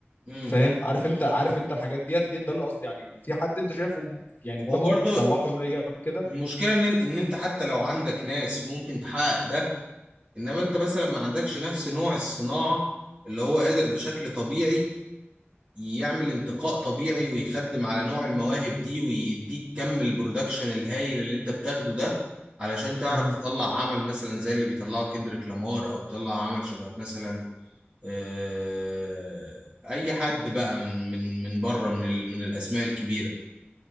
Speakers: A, on the right (about 30°); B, on the left (about 50°).
A: مم.
B: فاهم عارف انت عارف انت الحاجات ديت ديت ده اللي قصدي عليه في حد انت شايفه م- يعني دماغه
A: هو برضو
B: تسوحه انه يعمل كده
A: المشكله ان ان انت حتى لو عندك ناس ممكن تحقق ده انما انت مثلا ما عندكش نفس نوع الصناعه اللي هو قادر بشكل طبيعي يعمل انتقاء طبيعي ويخدم على نوع المواهب دي ويديك كم البرودكشن الهايل اللي انت بتاخده ده علشان تعرف
B: امم
A: تطلع عمل مثلا زي اللي بيطلعه كندريك لامار او تطلع عمل شبه مثلا آه، اي حد بقى من من من بره من ال- من الاسماء الكبيره